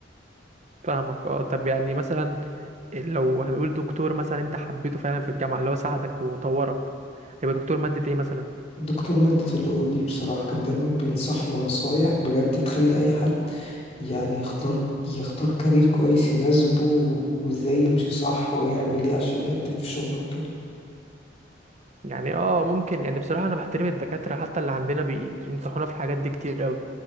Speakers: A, on the right; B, on the left.
A: فاهمك اه طب يعني مثلا لو هنقول دكتور مثلا انت حبيته فعلا في الجامعة اللي هو ساعدك وطورك هيبقى دكتور مادة ايه مثلا
B: دكتور مادة ال OOP بصراحة كان دايما بينصحنا نصايح بجد تخلي أي حد يعني يختار يختار كارير كويس يناسبه و- وازاي يمشي صح ويعمل ايه عشان يقدم في شغله وكده
A: يعني اه ممكن يعني بصراحة انا بحترم الدكاترة حتى اللي عندنا بينصحونا في الحاجات دي كتير قوي